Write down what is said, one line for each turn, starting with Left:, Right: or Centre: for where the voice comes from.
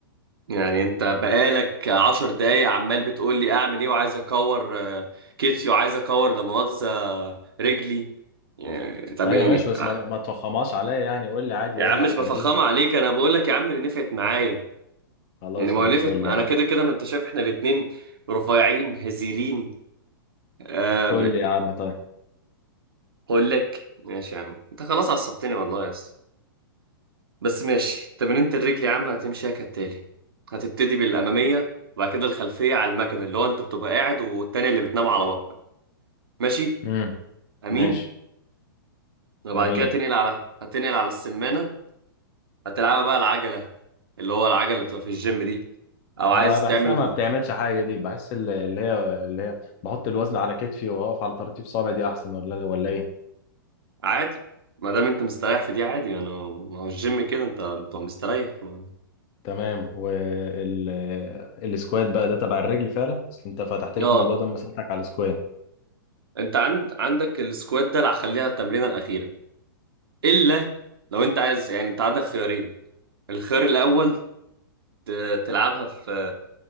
Right: يعني انت بقالك 10 دقايق عمال بتقول لي اعمل ايه وعايز اكور آه، كتفي وعايز اكور لا مؤاخذه رجلي يعني طب
Left: أيوة
Right: يعني
Left: ماشي بس
Right: ع-
Left: ما ما تفخمهاش عليا يعني قول لي عادي
Right: يا
Left: قول
Right: عم
Left: لي
Right: مش
Left: على التمرين
Right: بفخمه عليك انا بقول لك يا عم اللي نفعت معايا
Left: خلاص
Right: يعني ما هو
Left: ماشي
Right: اللي نفعت
Left: قول
Right: انا
Left: لي
Right: كده كده ما انت شايف احنا الاتنين رفيعين هزيلين آه
Left: قول لي يا عم طيب
Right: اقول لك ماشي يا عم انت خلاص عصبتني والله يا اسطى بس ماشي تمرينة الرجل يا عم هتمشيها كالتالي هتبتدي بالاماميه وبعد كده الخلفيه على المكن اللي هو انت بتبقى قاعد والتانيه اللي بتنام على بطنك ماشي
Left: امم
Right: امين
Left: ماشي
Right: وبعد
Left: امين
Right: كده تنقل على هتنقل على السمانه هتلعبها بقى العجله اللي هو العجله اللي بتبقى في الجيم دي او عايز
Left: ما بحسها
Right: تعمل
Left: ما بتعملش حاجه دي بحس ال- اللي هي اللي هي بحط الوزن على كتفي واقف على طراطيف صوابعي دي احسن ولا ولا ايه
Right: عادي ما دام انت مستريح في دي عادي انا ما هو الجيم كده انت بتبقى مستريح ما...
Left: تمام وال السكوات بقى ده تبع الرجل فعلا بس انت فتحت لي
Right: اه
Left: في الموضوع ده لما سالتك على السكوات
Right: انت عند عندك السكوات ده اللي هخليها التمرينه الاخيره الا لو انت عايز يعني انت عندك خيارين الخيار الاول ت- تلعبها في